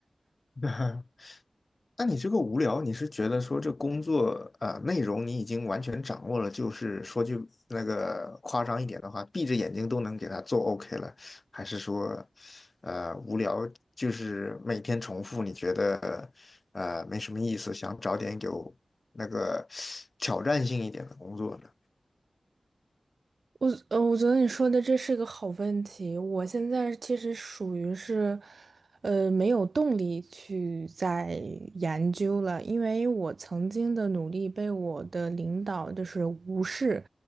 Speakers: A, on the left; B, on the right.
A: <laughs> 那你这个无聊，你是觉得说这工作呃内容你已经完全掌握了，就是说句那个夸张一点的话，闭着眼睛都能给它做 OK 了，还是说呃无聊，就是每天重复，你觉得呃没什么意思，想找点有那个挑战性一点的工作呢？
B: 我呃，我觉得你说的这是个好问题。我现在其实属于是，呃，没有动力去再研究了，因为我曾经的努力被我的领导就是无视，